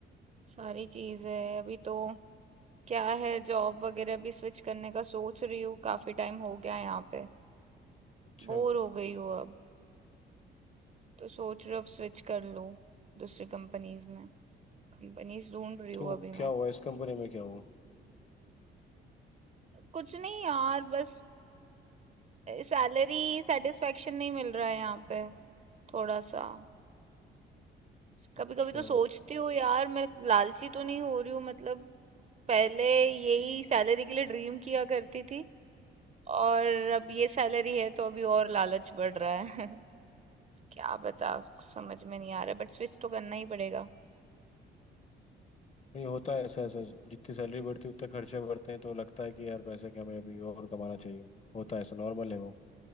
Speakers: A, on the right; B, on the left.
A: सारी चीज है अभी तो क्या है जॉब वगैरह भी स्विच करने का सोच रही हूँ काफी टाइम हो गया यहाँ पे
B: अच्छा
A: बोर हो गई हूँ अब तो सोच रही हूँ अब स्विच कर लूँ दूसरी कंपनीज में कंपनीज ढूंढ रही
B: क्यों
A: हूँ अभी
B: क्या
A: मैं
B: हुआ इस कंपनी में क्या हुआ
A: कुछ नहीं यार बस सैलरी सेटिस्फेक्शन नहीं मिल रहा है यहाँ पे थोड़ा सा कभी
B: अच्छा
A: कभी तो सोचती हूँ यार मैं लालची तो नहीं हो रही हूँ मतलब पहले यही सैलरी के लिए ड्रीम किया करती थी और अब ये सैलरी है तो अभी और लालच बढ़ रहा है <laughs> क्या बता समझ में नहीं आ रहा बट स्विच तो करना ही पड़ेगा
B: नहीं होता है ऐसा ऐसा जितनी सैलरी बढ़ती है उतने खर्चे बढ़ते हैं तो लगता है कि यार पैसे क्या हमें अभी और कमाना चाहिए होता है ऐसा नॉर्मल है वो